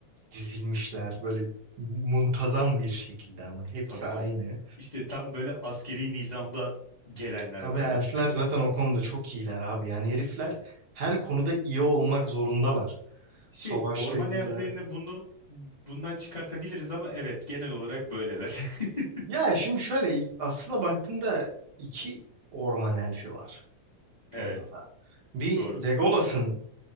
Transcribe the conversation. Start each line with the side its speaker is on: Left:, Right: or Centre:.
Right: dizilmişler böyle muntazam bir şekilde ama hepsi
Left: Tabii
Right: aynı.
Left: tabii. İşte tam böyle askeri nizamda gelenler
Right: Abi
Left: böyle.
Right: elfler zaten o konuda çok iyiler abi. Yani herifler her konuda iyi olmak zorundalar.
Left: Şey
Right: Savaşta
Left: orman
Right: iyiler,
Left: elflerini bunu bundan çıkartabiliriz ama evet genel olarak böyleler. <laughs>
Right: Ya şimdi şöyle aslında baktığımda iki orman elfi var
Left: Evet
Right: orada da. Bir
Left: doğru.
Right: Legolas'ın